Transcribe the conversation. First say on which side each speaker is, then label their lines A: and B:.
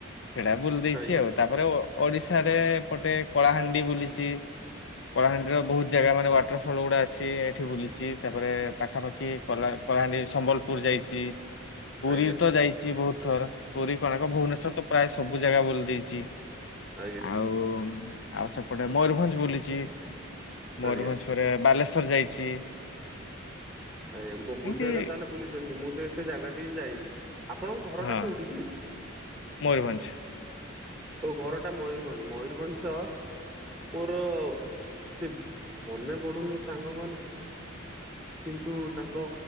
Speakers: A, on the left (about 60°); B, in the centre.
A: ହେଟା ବୁଲି ଦେଇଚି
B: ଆଜ୍ଞା
A: ଆଉ। ତାପରେ ଓଡ଼ିଶା ରେ ଏପଟେ କଳାହାଣ୍ଡି ବୁଲିଚି। କଳାହାଣ୍ଡି ର ବହୁତ୍ ଜାଗା ମାନେ ୱାଟର ଫଲ୍ ଗୁଡା ଅଛି ଏଠି ବୁଲିଚି। ତାପରେ ପାଖାପାଖି କଲା କଳାହାଣ୍ଡି ସମ୍ବଲପୁର ଯାଇଚି। ପୁରୀ
B: ଆଜ୍ଞା
A: ତ ଯାଇଚି ବହୁତ ଥର। ପୁରୀ, କୋଣାର୍କ, ଭୁବନେଶ୍ଵର ତ ପ୍ରାୟ ସବୁ ଜାଗା ବୁଲି ଦେଇଚି।
B: ଆଜ୍ଞା।
A: ଆଉ ଆଉ ସେପଟେ ମୟୂରଭଞ୍ଜ ବୁଲିଚି। ମୟୂରଭଞ୍ଜ
B: ଆଜ୍ଞା
A: ପରେ ବାଲେଶ୍ୱର ଯାଇଚି।
B: ଆଜ୍ଞା। ବହୁତ
A: ଏମିତି
B: ଜାଗା ତାହେଲେ ବୁଲିଛନ୍ତି। ମୁଁ ତ ଏତେ ଜାଗା ବି ଯାଇନି। ଆପଣଙ୍କ ଘରଟା
A: ହଁ
B: କୋଉଠି କି?
A: ମୟୂରଭଞ୍ଜ।
B: ଓ ଘରଟା ମୟୂରଭଞ୍ଜ। ମୟୂରଭଞ୍ଜର ମୋର ସେ ମନେ ପଡୁନି ସାଙ୍ଗଙ୍କ ନା। କିନ୍ତୁ ତାଙ୍କ